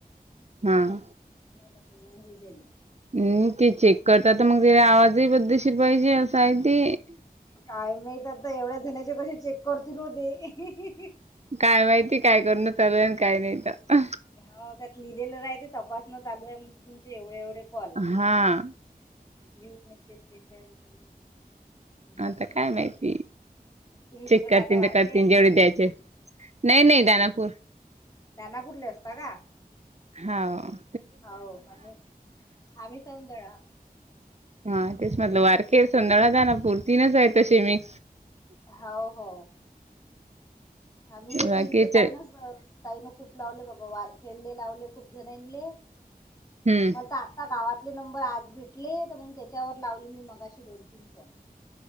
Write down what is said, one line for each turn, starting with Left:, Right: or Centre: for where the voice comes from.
Right: हा.
Left: मग मग होऊ दिले.
Right: हम् ते चेक करत तर मग तला आवाजही बद्दलशीर पाहिजे असं आहे ते.
Left: काय माहित आता एवढ्या जण्याचे कसे चेक करतील ओ ते?
Right: काय माहिती काय करण चालू आणि काय नाही तर.
Left: हो त्यात लिहिलेलं आहे ते तपासंन चालू आहे मग तुमचे एवढे एवढे कॉल.
Right: हा.
Left: <unintelligible>
Right: आता
Left: द्या.
Right: काय माहिती.
Left: तुम्ही कुठे
Right: चेक
Left: राहता
Right: करतील
Left: वारखेड
Right: ते करतील जेवढे द्यायचे, नाही नाही
Left: हो
Right: दानापूर.
Left: दानापूरले असते का?
Right: हाव.
Left: होव आणि आम्ही सौंदळा.
Right: हा तेच म्हटलं वारके, संधळा, जानापुर तिनच आहे तसे मी
Left: हो हो आ्ही ये
Right: बाकीचे
Left: तन ते तई नाच. ताईन खूप लावले बाबा वार खेळले लावले खूप जणले
Right: हं,
Left: मल तात. आता गावातले नंबर आज भेटले, तर मग त्याच्यावर लावले मी मगाशी दोन तीन फोन.